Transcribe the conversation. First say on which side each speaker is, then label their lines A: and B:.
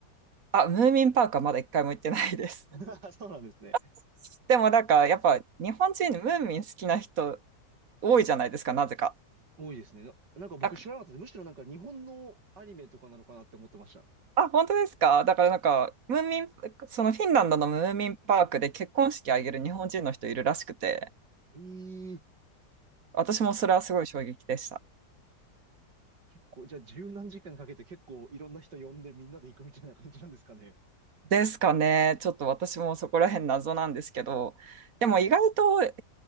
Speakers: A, on the right; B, on the right.
A: あ、ムーミンパークはまだ一回も行ってないです。
B: <laughs> そうなんですね。
A: <laughs> でもなんか、やっぱ日本人ムーミン好きな人多いじゃないですか、なぜか。
B: 多いですね。な、なんか僕知らなかったです。
A: あ、
B: むしろなんか日本のアニメとかなのかなって思ってました。
A: あ本当ですかだからなんか、ムーミン、そのフィンランドのムーミンパークで結婚式あげる日本人の人いるらしくて、
B: ええ、
A: 私もそれはすごい衝撃でした。
B: こう、じゃあ十何時間かけて結構いろんな人呼んでみんなで行くみたいな感じなんですかね。
A: ですかね。ちょっと私もそこら辺謎なんですけど、でも意外とえ